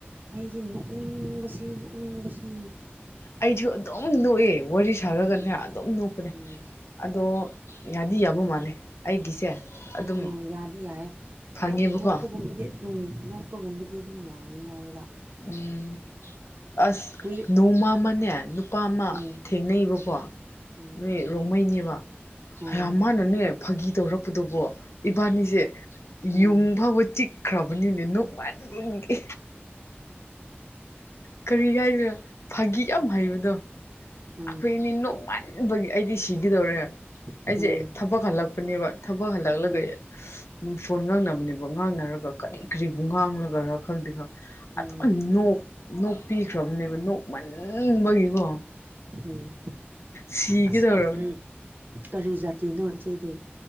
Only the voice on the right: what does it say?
ꯑꯩꯗꯤ ꯅꯣꯛꯅꯤꯡꯕꯁꯤ ꯅꯣꯛꯅꯤꯡꯕꯁꯤ
ꯎꯝ
ꯎꯝ
ꯎꯝ ꯌꯥꯗꯤ ꯌꯥꯏꯦ
ꯅꯣꯛꯄꯒꯨꯝꯕꯗꯤ ꯎꯝ ꯑꯄꯒꯨꯝꯕꯗꯤ ꯑꯗꯨꯝ ꯌꯥꯏꯑ ꯍꯥꯏꯌꯦꯕ
ꯀꯨꯏ
ꯎꯝ
ꯎꯝ
ꯎꯝ
ꯎꯝ
ꯎꯝ
ꯎꯝ
ꯎꯝ ꯎꯝ
ꯎꯝ
ꯎꯝ
ꯑꯁꯤ ꯎꯝ ꯀꯔꯤ ꯖꯥꯇꯤꯅꯣ ꯏꯆꯦꯗꯤ